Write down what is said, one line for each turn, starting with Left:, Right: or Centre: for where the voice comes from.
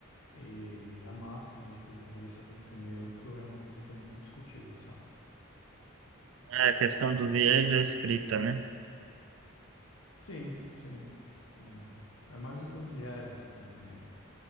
Left: e a máxima de que o jornalista tem que ser neutro é uma coisa que é muito discutível, sabe?
Right: É a questão do viés da escrita, né?
Left: Sim, sim. Hum, É mais do que um viés, assim.